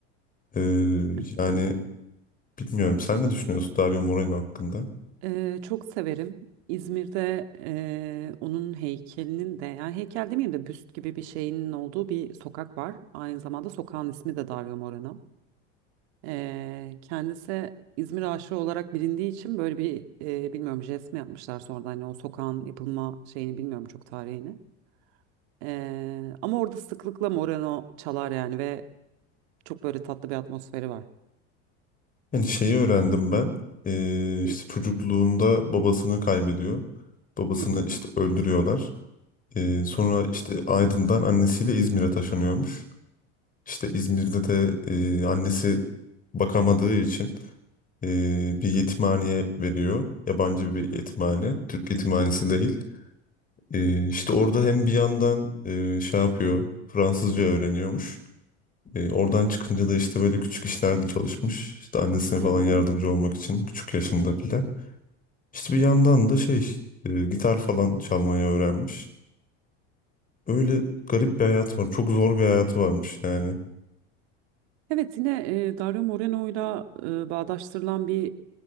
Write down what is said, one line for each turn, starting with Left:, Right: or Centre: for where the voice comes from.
Left: E,
Right: evet.
Left: yani bilmiyorum sen ne düşünüyorsun Dario Moreno hakkında?
Right: Ee, çok severim. İzmir'de e, onun heykelinin de yani heykel demeyeyim de büst gibi bir şeyinin olduğu bir sokak var. Aynı zamanda sokağın ismi de Dario Moreno. Ee, kendisi İzmir aşığı olarak bilindiği için böyle bir e, bilmiyorum jest mi yapmışlar sonradan hani o sokağın yapılma şeyini bilmiyorum çok tarihini. Ee, ama orada sıklıkla Moreno çalar yani ve çok böyle tatlı bir atmosferi var.
Left: Yani şeyi öğrendim ben. E, işte
Right: Hı hı.
Left: çocukluğunda babasını kaybediyor. Babasını
Right: Hı hı.
Left: işte öldürüyorlar. Ee, sonra işte Aydın'dan annesiyle İzmir'e taşınıyormuş. İşte İzmir'de de e, annesi bakamadığı için e, bir yetimhaneye veriyor. Yabancı bir
Right: Hı hı.
Left: yetimhane, Türk yetimhanesi değil. E, işte orada hem bir yandan e, şey yapıyor, Fransızca öğreniyormuş. E, oradan çıkınca da işte böyle küçük işlerde çalışmış. İşte annesine falan
Right: Hı hı.
Left: yardımcı olmak için küçük yaşında bile. İşte bir yandan da şey e, gitar falan çalmayı öğrenmiş. Öyle garip bir hayat var. Çok zor bir hayatı varmış yani.
Right: Evet yine e, Dario Moreno'yla e, bağdaştırılan bir